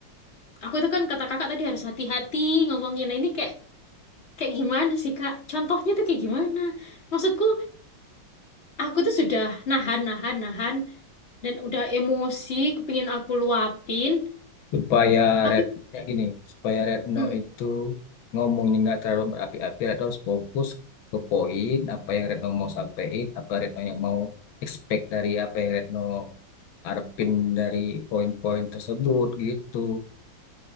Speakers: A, on the left; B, on the left.
A: aku itu kan kata kakak tadi harus hati-hati ngomongnya nah ini kayak kayak gimana sih kak contohnya tuh kayak gimana maksudku aku tuh sudah nahan nahan nahan dan udah emosi pengen aku luapin
B: supaya
A: tapi
B: Retno gini, supaya Retno
A: mm,
B: itu ngomongnya nggak terlalu berapi-api, Retno harus fokus ke poin apa yang Retno mau sampaikan, apa Retno yang mau expect dari apa yang Retno ngarepin dari poin-poin tersebut gitu.